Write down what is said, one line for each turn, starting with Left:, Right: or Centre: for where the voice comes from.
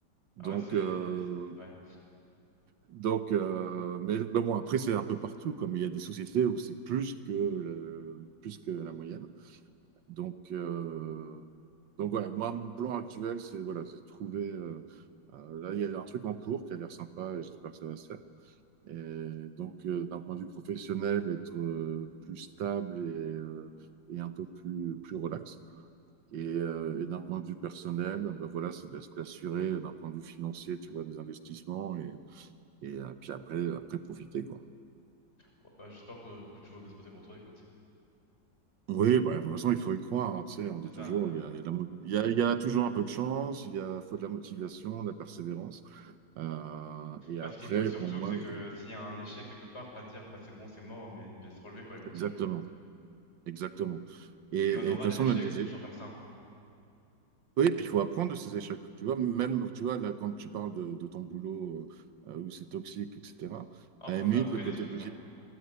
Left: Ah
Right: Donc,
Left: ouais, c'est...
Right: euh,
Left: Ouais. Ouais,
Right: donc, euh, mais, mais bon, après, c'est un peu partout, comme il y a des sociétés où c'est plus que, le- plus que la moyenne. Donc, euh, donc voilà, moi, mon plan actuel, c'est voilà, c'est de trouver. euh, euh, là, il y a un truc en cours qui a l'air sympa et j'espère que ça va se faire. Et donc, euh, d'un point de vue professionnel, être euh, plus stable et, euh, et un peu plus, plus relax. Et, euh, et d'un point de vue personnel, ben voilà, c'est d'assurer d'un point de vue financier, tu vois, des investissements et, et euh, puis après, après profiter, quoi.
Left: Bon, bah, j'espère que, que tout va bien se passer pour toi, écoute.
Right: Oui, bah, de toute façon, il faut y croire. hein, tu sais, on dit
Left: C'est
Right: toujours,
Left: ça.
Right: il y a, il y a de la mo- il y a- il y a toujours un peu de chance, il y a, faut de la motivation, de la persévérance. Euh, et après,
Left: Bah, ce qu'il faut surtout,
Right: pour moi,
Left: c'est
Right: je-
Left: que s'il y a un échec quelque part, pas se dire, bah, c'est bon, c'est mort, mais de se relever, quoi, et continuer.
Right: exactement, exactement. Et,
Left: Parce
Right: et
Left: qu'il y en
Right: de
Left: aura
Right: toute façon,
Left: des échecs,
Right: même des
Left: c'est
Right: é-
Left: toujours comme ça. hein.
Right: Oui, puis il faut apprendre de ces échecs. Tu vois, même, tu vois, là, quand tu parles de, de ton boulot euh, euh, où c'est toxique, etc.,
Left: Ah,
Right: à
Left: j'en
Right: la limite,
Left: ai appris
Right: le côté
Left: des trucs,
Right: positif,
Left: hein.